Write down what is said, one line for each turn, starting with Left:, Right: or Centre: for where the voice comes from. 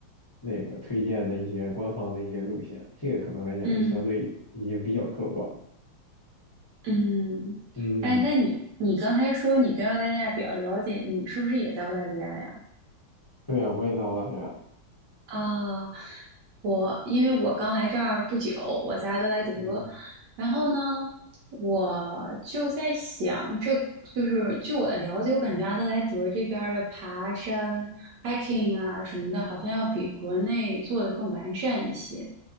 Left: 那个推荐的一些官方的一些路线，这个可能来讲就相对已经比较客观了
Right: 嗯嗯，
Left: 嗯，
Right: 哎，那你你刚才说你对澳大利亚比较了解，你是不是也在澳大利亚呀？
Left: 对呀，我也在澳大利亚。
Right: 啊，我因为我刚来这儿不久，我在阿德莱德，
Left: 嗯。
Right: 然后呢，我就在想，这就是据我的了解，我感觉阿德莱德这边儿的爬山、hiking 啊什么的，好像要比国内做的更完善一些。